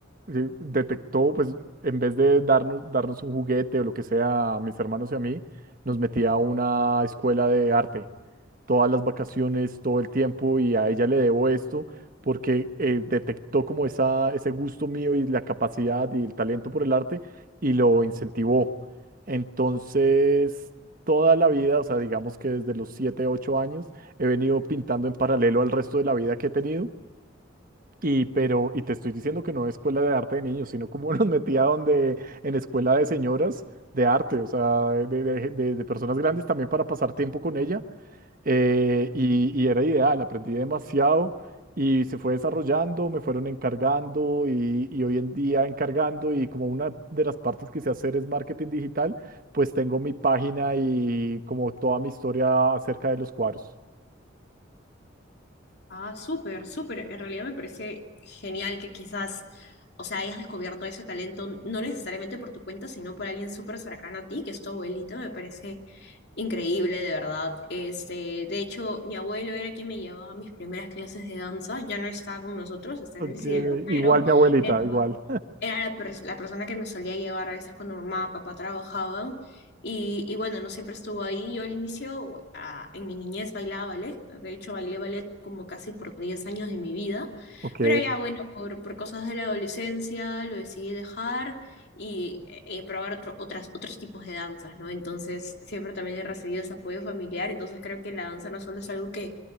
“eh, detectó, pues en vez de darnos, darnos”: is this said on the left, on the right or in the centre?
Right